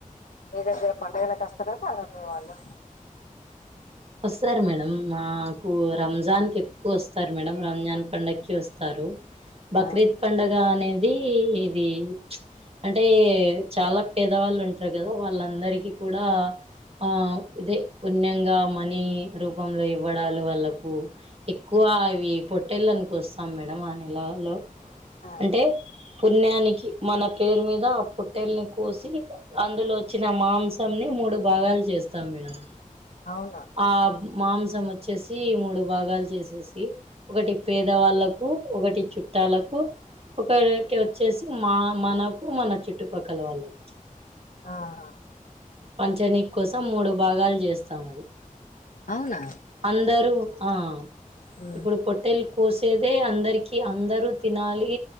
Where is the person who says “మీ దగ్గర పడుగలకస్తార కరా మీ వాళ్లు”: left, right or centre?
Left